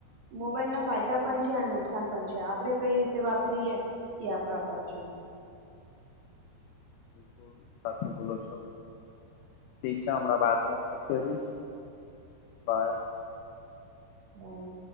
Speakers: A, on the right; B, on the left.
A: મોબાઈલના ફાયદા પણ છે અને નુકસાન પણ છે. આપડે કઈ રીતે વાપરીએ એ આપણા પર છે.
B: બ સાચું બોલો છો ઠીક છે. હમણાં બાદને વાત કરીશ બાય
A: બાઈ